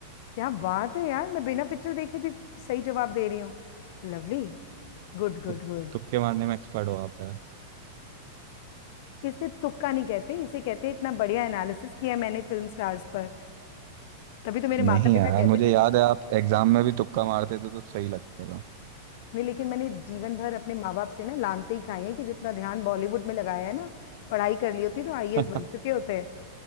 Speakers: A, on the left; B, on the right.
A: क्या बात है यार मैं बिना पिक्चर देखे भी सही जवाब दे रही हूँ Lovely good good
B: तु,
A: good
B: तुक्के मारने में एक्सपर्ट हो आप यार
A: इसे तुक्का नहीं कहते इसे कहते हैं, इतना बढ़िया एनालिसिस किया मैंने फिल्म स्टार्स पर तभी तो मेरे माता
B: नहीं
A: पिता
B: यार
A: कहते
B: मुझे
A: थे
B: याद
A: कि
B: है आप एग्जाम में भी तुक्का मारते थे तो सही लगता था
A: नहीं लेकिन मैंने जीवन भर अपने माँ बाप से ना लानते ही खाई है कि जितना ध्यान बॉलीवुड में लगाया है ना पढ़ाई कर ली होती तो आईएएस
B: <laughs>
A: बन चुके होते